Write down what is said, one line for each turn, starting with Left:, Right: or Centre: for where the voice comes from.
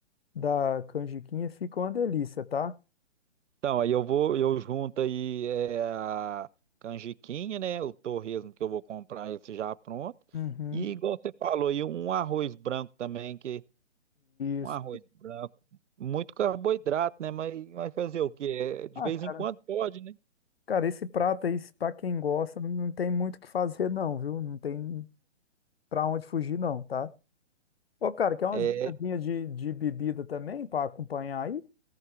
Left: da, da canjiquinha, fica uma delícia, tá?
Right: Então, aí eu vou, eu junto aí é, a canjiquinha, né? O torresmo que eu vou comprar esse já pronto.
Left: Uhum.
Right: E igual você falou aí, um arroz branco também, que
Left: Isso.
Right: um arroz branco, muito carboidrato, né? Mas vai fazer o quê? É, De
Left: Ah,
Right: vez
Left: cara,
Right: em quando pode, né?
Left: cara, esse prato aí, pra quem gosta, não tem muito o que fazer, não, viu? Não tem pra onde fugir, não, tá? Ô, cara, quer umas
Right: É,
Left: dicasinhas de, de bebida também pra acompanhar aí?